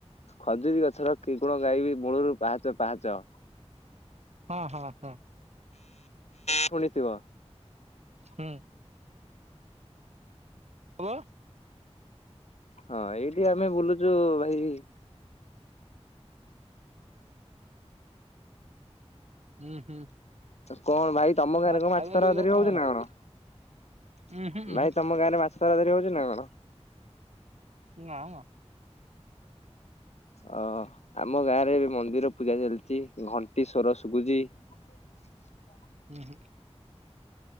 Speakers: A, on the left; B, on the right.
A: ଖଜୁରୀ ଗଛର କି ଗୁଣ ଗାଇବି ମୂଳୁରୁ ପାହାଚ ପାହାଚ।
B: ହଁ ହଁ ହଁ।
A: ଶୁଣିଥିବ।
B: ହୁଁ। <unintelligible>
A: ହଁ ଏଇଠି ଆମେ ବୁଲୁଛୁ ଭାଇ।
B: ହୁଁ ହୁଁ।
A: କଣ ଭାଇ ତମ ଗାଁରେ
B: ଆଉ
A: କଣ
B: ଖାଇବା
A: ମାଛ ଧରତରି
B: ପିଇବା
A: ହଉଛି
B: ଅଛି
A: ନା କଣ
B: ଉଁ ହୁଁ ଉଁ
A: ଭାଇ
B: ହୁଁ
A: ତମ ଗାଁରେ ମାଛ ତ ହଉଛି ନା କଣ?
B: ନାମ।
A: ଓ ଆମ ଗାଁରେ ଏ ମନ୍ଦିର ପୂଜା ଚାଲିଛି ଘଣ୍ଟି ସଵର ଶୁବୁଚି। ହ
B: ହୁଁ ହୁଁ।